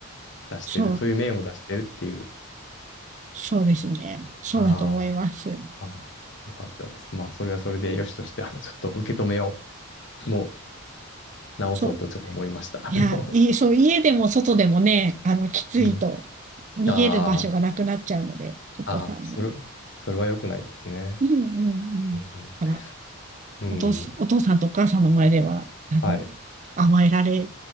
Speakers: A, on the left; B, on the right.
A: 出してる、
B: そう、
A: そういう面を出してるっていう。
B: そうですね。そうだと思います。
A: ああ、ああ、よかったです。まあ、それはそれでよしとして、あの、ちょっと受け止めを、もう直そうとちょっと思いました。
B: そう。
A: あの、
B: いや、いい、そう、家でも外でもね、あの、きついと、
A: うん。<laughs>
B: 逃げる場所がなくなっちゃうので、
A: あ
B: お子さんも。
A: あ、ああ、それ、それは良くないですね。
B: うんうんうん。
A: うん、う
B: だから、
A: ん、
B: お父す、
A: うん、
B: お父さんとお母さんの前では、あの、
A: はい。
B: 甘えられ